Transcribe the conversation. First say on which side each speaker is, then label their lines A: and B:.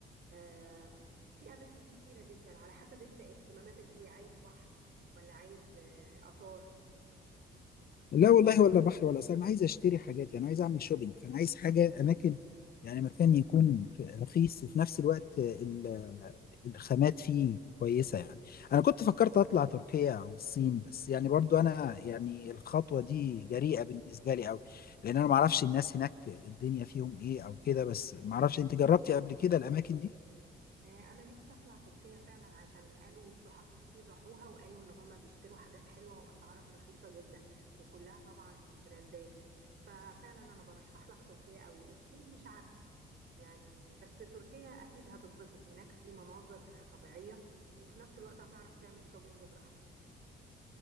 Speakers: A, on the right; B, on the left.
A: آه، في أماكن كتيرة جدا على حسب انت اهتماماتك ايه عايز بحر ولا عايز آه، آثار
B: لا والله ولا بحر ولا ساحل انا عايز اشتري حاجات يعني عايز اعمل شوبينج فانا عايز حاجه اماكن يعني مكان يكون في- رخيص وفي نفس الوقت ال- الخامات فيه كويسه يعني انا كنت فكرت اطلع تركيا او الصين بس يعني برضو انا يعني الخطوه دي جريئه بالنسبه لي قوي لان انا ما اعرفش الناس هناك الدنيا فيهم ايه او كده بس ما اعرفش انت جربتي قبل كده الاماكن دي
A: آه، انا نفسي اطلع تركيا فعلا عشان قالوا صحابي كتير راحوها وقالوا ان هم بيشتروا حاجات حلوة واسعارها رخيصة جدا وكلها طبعا براندات ففعلا انا برشح لك تركيا قوي الصين مش عارفة يعني بس تركيا اكيد هتتبسط هناك في مناظر طبيعية وفي نفس الوقت هتعرف تعمل شوبينج براحتك